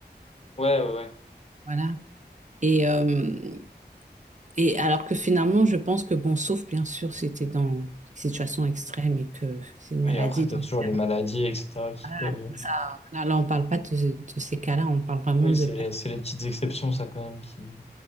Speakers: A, on the left (about 35°); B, on the right (about 45°).
A: ouais ouais ouais
B: Voilà. Et, euh, et alors que finalement, je pense que, bon, sauf bien sûr si tu dans une situation extrême et que c'est une maladie
A: oui après t'as
B: dans
A: toujours
B: ce cas-là.
A: les maladies etc qui
B: Voilà,
A: peuvent
B: donc
A: euh,
B: ça, là, là, on ne parle pas de, de ces cas-là, on parle vraiment
A: oui
B: de
A: c'est
B: per-
A: les, c'est les petites exceptions ça quand même qui